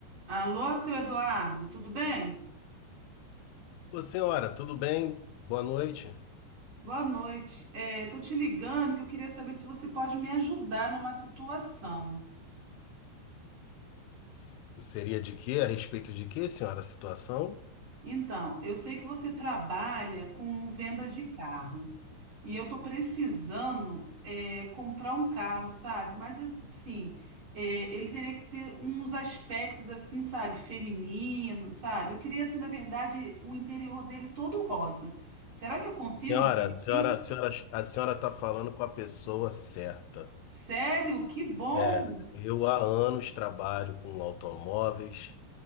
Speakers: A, on the right (about 30°); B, on the left (about 90°).
A: Alô, seu Eduardo, tudo bem?
B: Ô, senhora, tudo bem? Boa noite.
A: Boa noite. É, tô te ligando que eu queria saber se você pode me ajudar numa situação.
B: S- Seria de quê? A respeito de quê, senhora, a situação?
A: Então, eu sei que você trabalha com vendas de carro e eu tô precisando, é, comprar um carro, sabe? Mas assim, é, ele teria que ter uns aspectos assim, sabe, feminino, sabe? Eu queria assim, na verdade, o interior dele todo rosa. Será que eu consigo
B: Senhora,
A: um carro
B: a
A: assim?
B: senhora, a senhora, a senhora está falando com a pessoa certa.
A: Sério? Que bom!
B: É, eu há anos trabalho com automóveis,